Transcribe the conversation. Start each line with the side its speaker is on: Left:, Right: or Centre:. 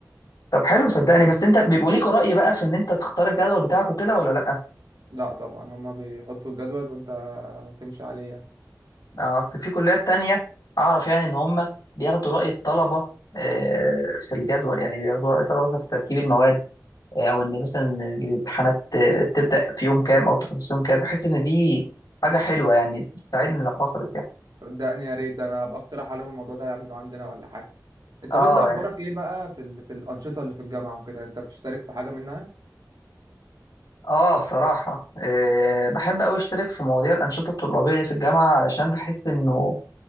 Left: طب حلو صدقني بس انت بيبقوا ليك رأي بقى في ان انت تختار الجدول بتاعك وكده ولا لا
Right: لا طبعا هما بيحطوا الجدول وانت تمشي عليه يعني
Left: آه، اصل في كليات تانية اعرف يعني ان هم بياخدوا رأي الطلبة آه، في الجدول يعني بياخدوا رأي الطلبة مثلا في ترتيب المواد آه، او ان مثلا الامتحانات آه، تبدأ في يوم كام او تخلص في يوم كام بحس ان دي حاجة حلوة يعني بتساعدني لو حصلت يعني
Right: صدقني يا ريت ده انا هبقى اقترح عليهم الموضوع ده يعملوه عندنا ولا حاجه
Left: اه
Right: طب انت اخبارك
Left: يعني
Right: ايه بقى في ال... في الانشطه اللي في الجامعه وكده انت بتشترك في حاجه منها
Left: اه بصراحة آه، بحب قوي اشترك في مواضيع الأنشطة الطلابية اللي في الجامعة علشان بحس انه